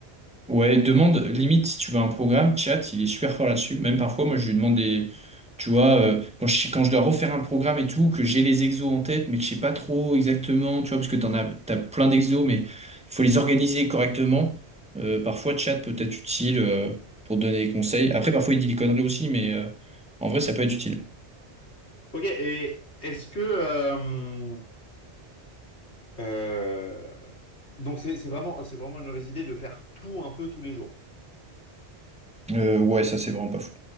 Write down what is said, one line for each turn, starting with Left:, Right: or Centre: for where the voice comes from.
Centre: ouais, demande limite si tu veux un programme, chat, il est super fort là-dessus. Même parfois, moi, je lui demande des, tu vois, euh, quand je, quand je dois refaire un programme et tout, que j'ai les exos en tête, mais que je sais pas trop exactement, tu vois, parce que t'en as, t'as plein d'exos, mais il faut les organiser correctement. Euh, parfois, chat peut être utile euh, pour donner des conseils. Après, parfois, il dit des conneries aussi, mais euh, en vrai, ça peut être utile.
Left: Ok, et est-ce que euh, euh, donc c'est c'est vraiment c'est vraiment une mauvaise idée de faire tout un peu tous les jours.
Centre: Euh, ouais, ça, c'est vraiment pas fou.